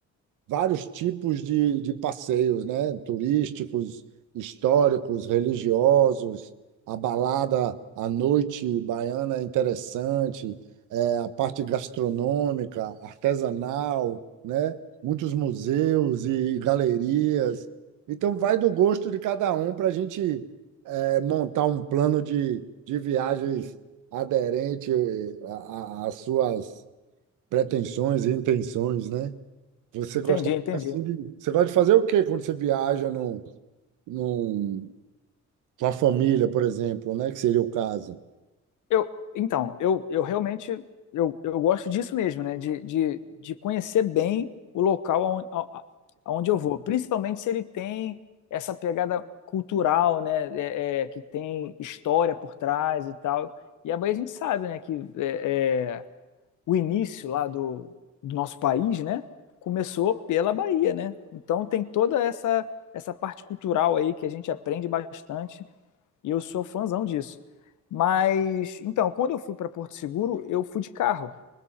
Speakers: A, on the right (about 85°); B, on the left (about 80°).
A: vários tipos de, de passeios, né? Turísticos, históricos, religiosos, a balada à noite baiana é interessante, é, a parte gastronômica, artesanal, né? Muitos museus e galerias. Então, vai do gosto de cada um para a gente é, montar um plano de, de viagens aderente eh, a- a- às suas pretensões e intenções, né? Você
B: Entendi,
A: gosta
B: entendi.
A: assim de, você gosta de fazer o quê quando você viaja num, num, com a família, por exemplo, né? Que seria o caso.
B: Eu, então, eu, eu realmente eu, eu gosto disso mesmo, né? De, de, de conhecer bem o local aonde, a- a- aonde eu vou, principalmente se ele tem essa pegada cultural, né? É, é, que tem história por trás e tal. E a Bahia a gente sabe, né? Que é, é, o início lá do, do nosso país, né? Começou pela Bahia, né? Então tem toda essa essa parte cultural aí que a gente aprende bastante e eu sou fãzão disso. Mas, então, quando eu fui para Porto Seguro, eu fui de carro.